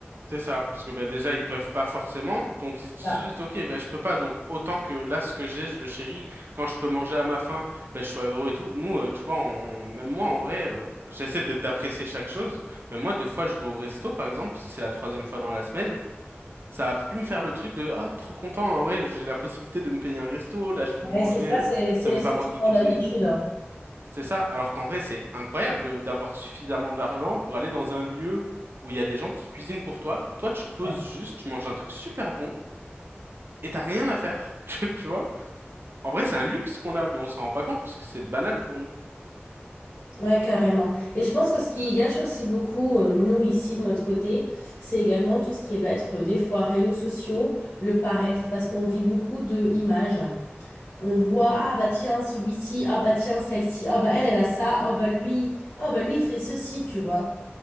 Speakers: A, on the right; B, on the left.
A: C'est ça, parce que bah, déjà ils peuvent pas forcément, donc ils se disent
B: Ah,
A: juste ok, ben je peux pas, donc autant que là ce que j'ai, je le chéris. Quand je peux manger à ma faim, ben je suis heureux et tout. Nous, euh, tu vois, on- même moi en vrai, euh, j'essaie de d'apprécier chaque chose. Mais moi, des fois, je vais au resto par exemple, si c'est la troisième fois dans la semaine, ça a pu me faire le truc de ah trop content hein, en vrai, j'ai la possibilité de me payer un resto, là je vais manger,
B: ouais, c'est ça,
A: euh,
B: c'est c'est
A: c'est même
B: le sentiment
A: pas moi qui cuisine
B: d'habitude.
A: et tout.
B: hein.
A: C'est ça. Alors qu'en vrai, c'est incroyable d'avoir suffisamment d'argent pour aller dans un lieu où il y a des gens qui cuisinent pour toi. Toi, tu te poses
B: Ouais.
A: juste, tu manges un truc super bon et t'as rien à faire. <laughs> Tu vois? En vrai, c'est un luxe qu'on a, mais on s'en rend pas compte parce que c'est banal pour nous.
B: Ouais, carrément. Et je pense que ce qui gâche aussi beaucoup, euh, nous, ici, de notre côté, c'est également tout ce qui va être euh, des fois réseaux sociaux, le paraître, parce qu'on vit beaucoup de images. On voit, ah bah tiens, celui-ci, ah bah tiens, celle-ci, ah bah elle, elle a ça, ah bah lui, ah bah lui, il fait ceci, tu vois.